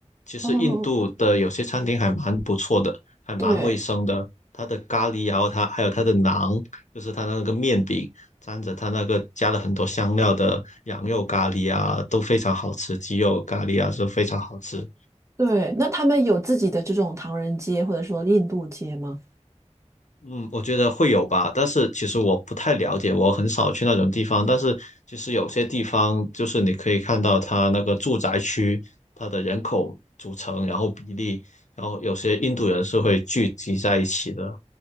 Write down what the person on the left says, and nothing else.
其实印度的有些餐厅还蛮不错的，
还蛮卫生的。
它的咖喱啊，然后它还有它的馕，就是它那个面饼，沾着它那个加了很多香料的羊肉咖喱啊，都非常好吃。鸡肉咖喱啊，是非常好吃。
嗯，我觉得会有吧，但是其实我不太了解，我很少去那种地方。但是其实有些地方，就是你可以看到它那个住宅区，它的人口组成，然后比例，然后有些印度人是会聚集在一起的，